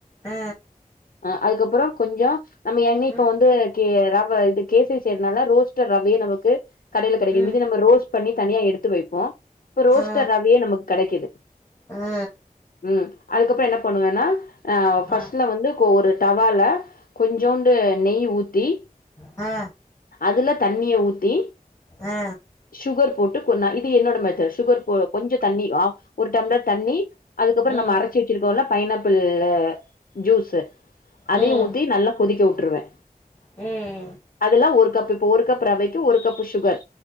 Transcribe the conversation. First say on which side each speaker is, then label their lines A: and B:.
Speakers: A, on the left (about 20°); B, on the left (about 70°).
A: அ
B: அ அதுக்கப்புறோ கொஞ்சோ நம்ம எண்ணெய இப்ப
A: ம்
B: வந்து கே ரவ இது கேசரி செய்யறதுனால ரோஸ்டர் ரவைய நமக்கு கடைல கெடைக்குது
A: ம்
B: இது நம்ம ரோஸ்ட் பண்ணி தனியா எடுத்து வைப்போ இப்போ ரோஸ்டட்
A: ஆ
B: ரவையே நமக் கெடைக்குது
A: ஆ
B: ம் அதுக்கப்றோ என்ன பண்ணுவேன்னா அ ஃபஸ்ட்ல
A: ஆ
B: வந்து கோ ஒரு டவால கொஞ்சோண்டு நெய் ஊத்தி
A: ஆ
B: அதுல தண்ணிய ஊத்தி
A: ஆ
B: சுகர் போட்டு கொன் நே இது என்னோட மெத்தட்ஸ் சுகர் போ கொஞ்சோ தண்ணி ஆஃப் ஒரு டம்ளர் தண்ணி அதுக்கப்றோ
A: ம்
B: நம்ம அரச்சி வெச்சிருக்கோல பைனாப்பிள் ஜூஸ்
A: ம்
B: அதயு ஊத்தி நல்லா கொதிக்க உட்ருவே
A: ம்
B: அதெல்லா ஒரு கப்பு இப்போ ஒரு கப்பு ரவைக்கு ஒரு கப்பு சுகர்